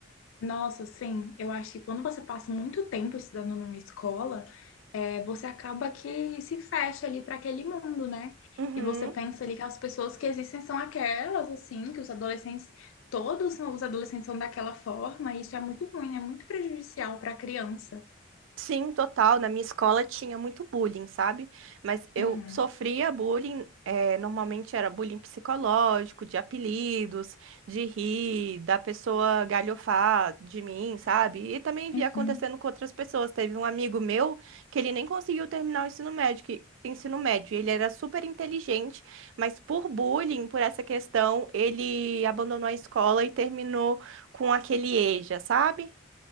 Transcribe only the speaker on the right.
Uhum.
Sim, total. Na minha escola tinha muito bullying, sabe? Mas eu
sofria bullying, eh, normalmente era bullying psicológico, de apelidos, de rir, da pessoa galhofar de mim, sabe? E também via
acontecendo com outras pessoas. Teve um amigo meu que ele nem conseguiu terminar o ensino médio, que- ensino médio. Ele era super inteligente, mas por bullying, por essa questão, ele abandonou a escola e terminou com aquele EJA, sabe?